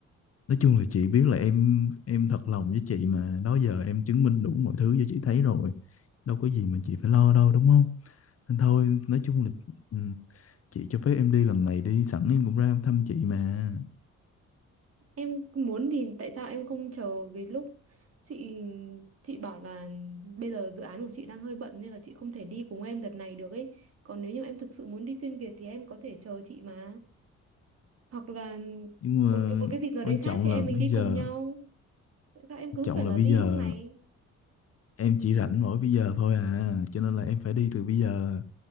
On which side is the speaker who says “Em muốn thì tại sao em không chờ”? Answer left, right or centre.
Right